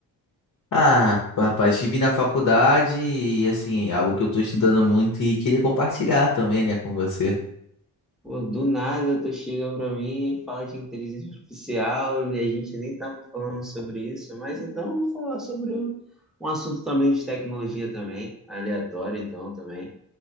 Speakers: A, on the left; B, in the centre.
A: Ah, rapaz, estive na faculdade e, assim, é algo que eu tô estudando muito e queria compartilhar também, né, com você.
B: Pô, do nada tu chega pra mim e fala de inteligência artificial e a gente nem tava falando sobre isso, mas então eu vou falar sobre um um assunto também de tecnologia também, aleatório então também.